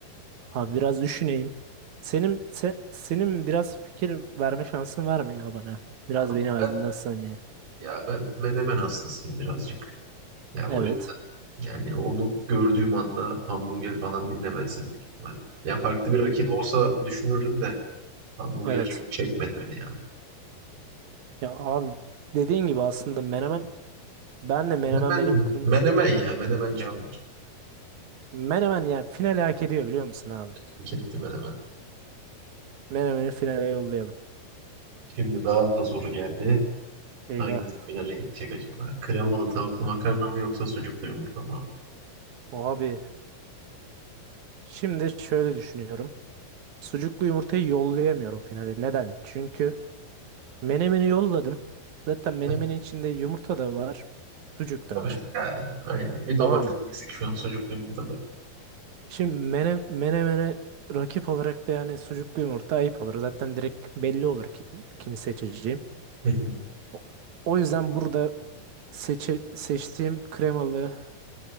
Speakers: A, on the right; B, on the right.
A: Abi biraz düşüneyim. Senin se- senin biraz fikir verme şansın var mı ya bana? Biraz
B: Abi
A: beni aydınlatsan
B: ben
A: ya.
B: ya ben menemen hastasıyım birazcık. Ya
A: Evet.
B: o yüzden yani onu gördüğüm anda hamburger falan dinlemezdim büyük ihtimalle. Ya farklı
A: Bu-
B: bir rakip olsa düşünürdüm de hamburger
A: Evet.
B: çok çekmedi beni ya.
A: Ya abi dediğin gibi aslında menemen ben de menemen
B: Menemen,
A: benim kırmızı
B: menemen ya menemen candır.
A: menemen yani finale hak ediyor biliyor musun abi?
B: Hak etti menemen.
A: Menemen'i finale yollayalım.
B: Şimdi daha da soru geldi.
A: Eyvah.
B: Hangi finale gidecek acaba? Kremalı tavuklu makarna mı yoksa sucuklu yumurta mı abi?
A: Abi şimdi şöyle düşünüyorum. Sucuklu yumurtayı yollayamıyorum finale. Neden? Çünkü menemeni yolladım. Zaten
B: <laughs>
A: menemenin
B: Heh,
A: içinde yumurta da var, sucuk da
B: Evet
A: var.
B: yani aynen. Bir domates
A: Tamam mı?
B: eksik şu an sucuklu yumurta.
A: Şimdi mene, menemene rakip olarak da yani sucuklu yumurta ayıp olur. Zaten direkt belli olur ki, kimi seçeceğim.
B: Hı hı,
A: O o yüzden burada seçe, seçtiğim kremalı,